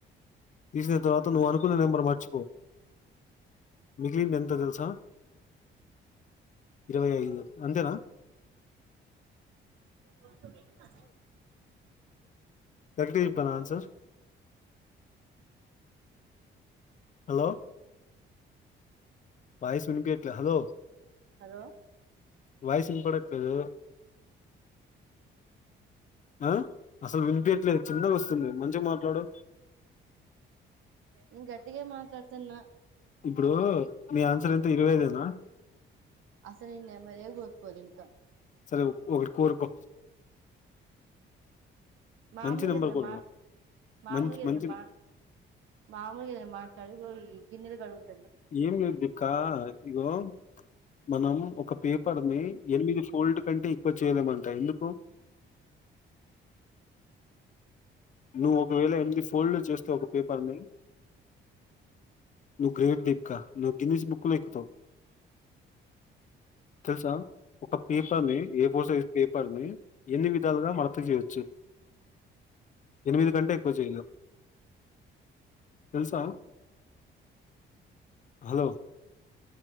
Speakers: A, on the left; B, on the right.
A: తీసిన తర్వాత నువ్ అనుకున్న నెంబర్ మర్చిపో మిగ్లింది ఎంత తెలుసా ఇరవై ఐదు అంతేనా
B: వకిదింద
A: కరక్టే ఎప్పానా ఆన్సర్ హలో బాయిస్ ఇనిపియట్లే హలో
B: హలో
A: వాయస్ ఇన్పడట్లేదు అ అసల్ వినిపియట్లేదు చిన్నగొస్తుంది మంచ మాట్లాడు
B: ఏన్ గట్టిగే మాట్లాడతున్నా
A: ఇప్పుడూ మీ ఆన్సర్ ఎంత ఇరవై ఐదేనా
B: అసలు నేన్ నంబరే కోరుకోలే ఇంక
A: సరే ఒకటి కోరుకో
B: మాములుగా
A: మంచి నెంబర్
B: ఎదన
A: కోరుకో
B: మా మాములుగా
A: మంచి
B: ఎదన
A: మంచి
B: మా మామూలుగ ఏదన్న మాట్లాడు ఈ గిన్నెల్
A: ఏం <unintelligible> ఇగో మనం ఒక పేపర్ ని ఎనిమిది ఫోల్డ్ కంటే ఎక్కువ చేయలేమంటా ఎందుకు నువ్ ఒకవేళ ఎంది ఫోల్డ్ చేస్త ఒక పేపర్ని నువ్ గ్రేట్ దీపికా ను గిన్నీస్ బుకులో ఎక్కుతవ్ తెలుసా ఒక పేపర్ ని ఏ ఫోర్ సైజ్ పేపర్ ని ఎన్ని విధాలుగా మరత చేయొచ్చు ఎనిమిది కంటే ఎక్కువ చేయలే తెలుసా హలో